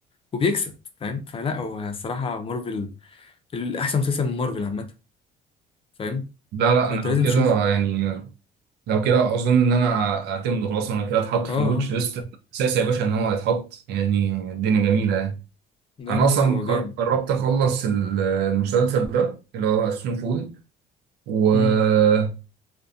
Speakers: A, on the left; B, on the right.
A: وبيكسب فاهم فلا هو الصراحه مارفل الاحسن مسلسل من مارفل عامه فاهم
B: لا لا
A: فانت
B: انا لو
A: لازم
B: كده
A: تشوف
B: يعني لو كده اظن ان انا اعتمده خلاص انا كده اتحط في
A: اه اه
B: الواتش ليست اساسي يا باشا ان هو يتحط يعني الدنيا جميله يعني
A: لا
B: انا
A: لا
B: اصلا
A: لا هو جامد
B: قر- قربت اخلص ال- المسلسل ده اللي هو سنو فول وبفكر
A: مم.